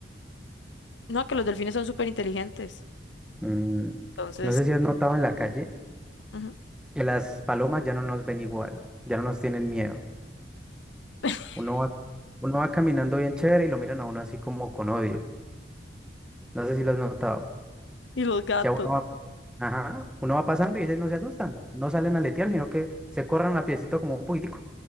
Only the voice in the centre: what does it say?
Mm,
no sé si has notado en la calle
que las palomas ya no nos ven igual, ya no nos tienen miedo.
Uno va, uno va caminando bien chévere y lo miran a uno así como con odio. No sé si lo has notado.
Ya uno va, ajá, uno va pasando y ellos no se asustan, no salen a letear, sino que se corran a piecito como un poquitico